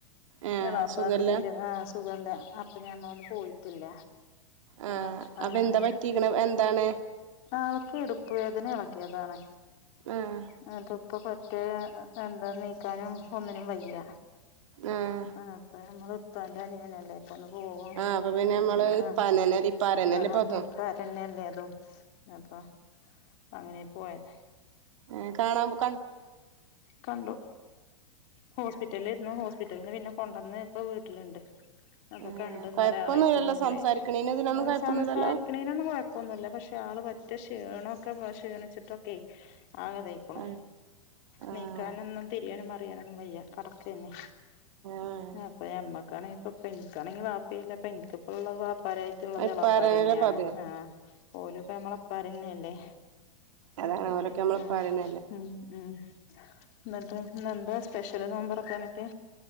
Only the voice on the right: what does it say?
ആഹ്
സുഖല്ല
ആ
അപ്പൊ
എന്താ പറ്റിക്കണം എന്താണ്
ആഹ്
ആഹ്
ആഹ് അപ്പൊ പിന്നെ
നമ്മള് ഇപ്പാനന്നെ ഇപ്പാരന്നല്ലേ
ഇപ്പ അതും
ഏ കാണപോ -
ഏഹ്
കൊഴപ്പൊന്നുല്ലല്ലോ
സംസാരിക്കണീന് ഇതിനൊന്നും കൊഴപ്പൊന്നുല്ലല്ലോ
ആഹ് ആഹ്
ആഹ്
ഇപ്പാരന്നല്ലേ
ഇപ്പ
അത്
അതാണ്
ഓലൊക്കെ
നമ്മളെ
ഇപ്പാരന്നല്ലേ